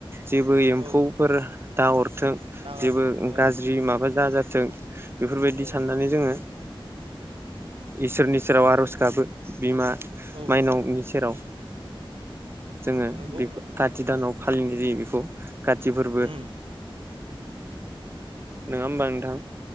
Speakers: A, on the right; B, on the right.
A: जेबो एम्फौफोर
B: औ
A: दा नाहरथों
B: नाङा
A: जेबो
B: ओं
A: गाज्रि माबा दा जाथों बेफोरबायदि
B: ओं
A: साननानै जोङो इसोरनि सेराव आरज गाबो बिमा
B: औ
A: माइनावनि सेराव जोङो
B: नंगौ
A: बे
B: नोंथां
A: काति दानाव फालिनाय जायो बेखौ कति फोरबो
B: उम
A: नोङा होमबा नोंथां?